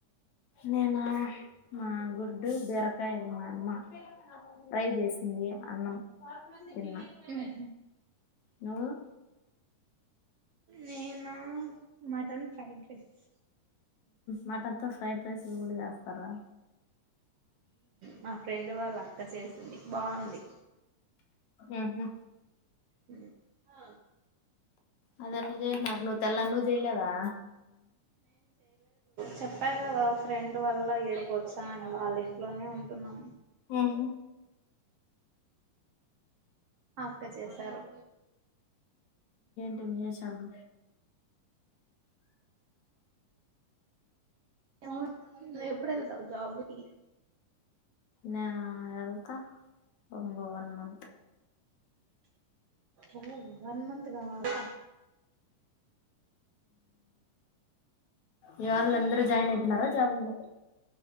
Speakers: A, on the left; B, on the right.
A: నేనా మా గుడ్డు బీరకాయలు మా అమ్మ ట్రై చేసింది అన్నం
B: ఊహ
A: తిన్నా నువ్వు
B: నేనా మటన్ ఫ్రైడ్ రైస్
A: మటన్తోో ఫ్రైడ్ రైస్ కూడా చేస్తారా
B: మా ఫ్రెండ్ వాళ్ళు అక్క చేస్తుంది బాగుంది
A: ఉహు
B: ఉ ఆ
A: అది అట్లా చేసన్నారు నువ్వు తెల్లా నువ్వు చెయలేదా
B: చెప్పాయి కదా ఫ్రెండ్ వల్ల ఏడుపు వచ్చానని వాళ్ళ ఇంట్లోనే ఉంటున్నాము
A: ఉహు
B: అక్క చేశారు
A: ఎం చేసాన్నవ్
B: <unintelligible> నువ్ ఎప్పుడెళ్తావ్ జాబ్ కి
A: నేనా వెళ్తా ఇంగో వన్ మంత్
B: ఓ వన్ మంత్ కావాాల
A: ఇయాల్లందరు జాయిన్ అయిపోనారా జాబ్ లో